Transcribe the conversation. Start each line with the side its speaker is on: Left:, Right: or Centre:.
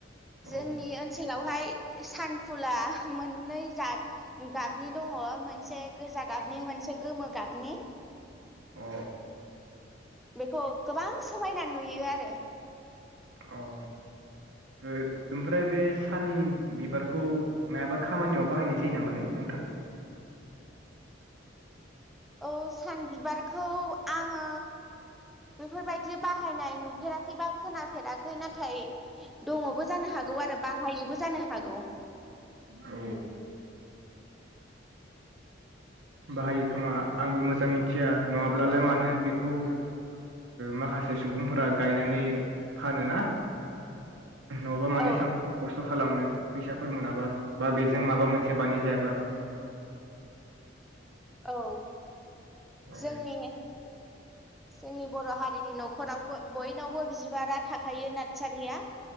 Right: औ
Centre: जोंनि ओनसोलावहाय सानफुला मोननै जाद गाबनि दङ मोनसे गोजा गाबनि मोनसे गोमो गाबनि।
Right: अ।
Centre: बेखौ गोबां समायना नुयो आरो
Right: अ ओ ओमफ्राय बे सान बिबारखौ मायाबा खामानियाव बाहायनाय जायो नामालै नोंथां
Centre: औ सान बिबार खौ आङो बेफोरबायदि बाहायनाय नुफेराखै बा खोनाफेराखै नाथाय दङबो जानो हागौ आरो बाहायोबो जानो हागौ।
Right: औ। बाहायो खोमा आंबो मोजां मिथिया नङाब्लालाय मानो बेखौ माखासे सुबुंफोरा गायनानै फानो ना नङाबा मानो
Centre: औ
Right: एसां खस्थ खालामनो। फैसाफोर मोनाबा बा बेजों माबा मोनसे बानायजायाबा
Centre: औ।
Right: औ
Centre: जोंनि जोंनि बर हारिनि नख'राव बयनावबो बिबारा थाखायो नाथाय नारसारिया